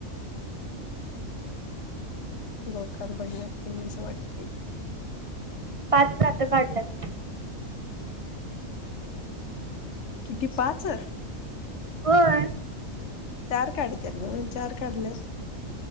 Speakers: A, on the left; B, on the right.
A: <inaudible> डोक्यावर पडल्या मी असं वाटते.
B: पाच सात काढल्यात न.
A: किती पाच?
B: होय!
A: चार काढत्यात ना चार काढल्यात.